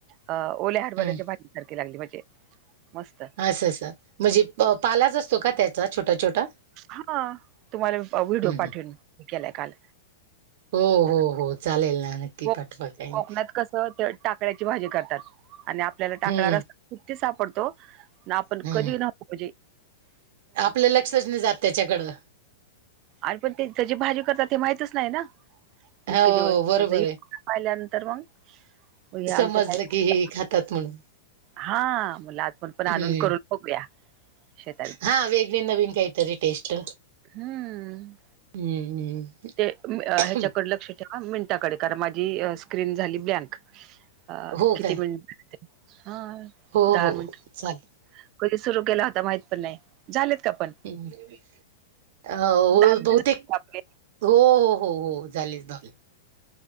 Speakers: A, on the right (about 40°); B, on the right (about 55°).
A: अ ओल्या हरभऱ्याच्या
B: हम्म
A: भाजीसारखी लागली म्हणजे मस्त.
B: असं असं. म्हणजे पालाच असतो का त्याचा छोटा छोटा?
A: हा तुम्हाला व्हिडिओ
B: हम्म हम्म.
A: पाठवीन केलाय काल.
B: हो, हो,
A: तर
B: हो चालेल ना. नक्की
A: को
B: पाठवा काही नाही.
A: कोकणात कसं टाकळ्याची भाजी करतात आणि आपल्याला टाकळा
B: हम्म
A: रस् किती सापडतो. ना आपण
B: हम्म
A: कधी ना‌ म्हजे
B: आपलं लक्षच नाही जात त्याच्याकडं.
A: आणि पण ते तेजी भाजी करतात हे माहितच नाही ना. इतके
B: हो
A: दिवस <inaudible>
B: बरोबर
A: पाहिल्यानंतर
B: आहे.
A: मग हे
B: समजलं
A: आमच्या ताई
B: की हे खातात म्हणून.
A: हा म्हंटल आज पण
B: हम्म
A: आणून करून बघूया. शेतात
B: हा वेगळे नवीन काहीतरी. टेस्ट.
A: हम्म.
B: हम्म
A: ते ह्याच्याकड
B: हम्म
A: लक्ष ठे मिनटाकडे कारण माझी स्क्रीन झाली ब्लँक. अ
B: हो
A: किती
B: काय
A: मिनट हा
B: हो
A: दहा
B: हो
A: मिनट
B: हो चालेल
A: कधी सुरू केला होता माहित पण नाही. झालेत का पण?
B: हम्म हो
A: दहा मिनिट
B: बहुतेक
A: झाले का आपले
B: हो, हो, हो, हो झालेत झालेत.